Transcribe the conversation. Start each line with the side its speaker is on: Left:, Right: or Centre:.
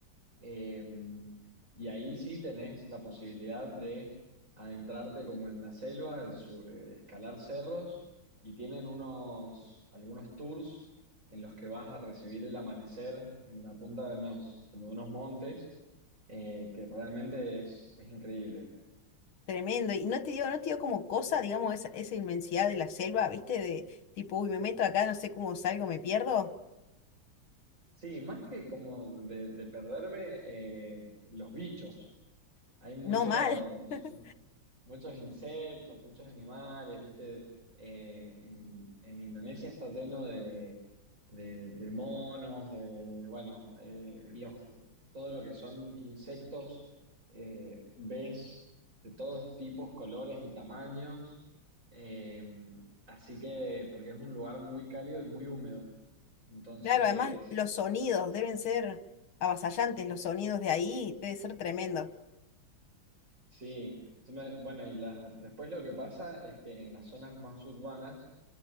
Right: Eh, y ahí sí tenés la posibilidad de adentrarte como en la selva, el su- eh, escalar cerros y tienen unos, algunos tours en los que vas a recibir el amanecer en la punta de unos, como de unos montes, eh, que realmente es es increíble.
Left: Tremendo. Y no te dio, no te dio como cosa, digamos, esa, esa inmensidad de la selva, ¿viste? De tipo, uy, me meto acá, no sé cómo salgo, me pierdo.
Right: Sí, más que como de, de perderme eh, los bichos. Hay muchos,
Left: No mal. <laughs>
Right: mu- muchos insectos, muchos animales, ¿viste? Eh, en, en Indonesia está lleno de, de- de monos, de, bueno, eh, los, todo lo que son insectos, eh, ves de todos tipos, colores y tamaños. Eh, así que, porque es un lugar muy cálido y muy húmedo. Entonces...
Left: Claro, además los sonidos deben ser avasallantes, los sonidos de ahí debe ser tremendo,
Right: Sí, tú me- bueno, y la- después lo que pasa es que en las zonas más urbanas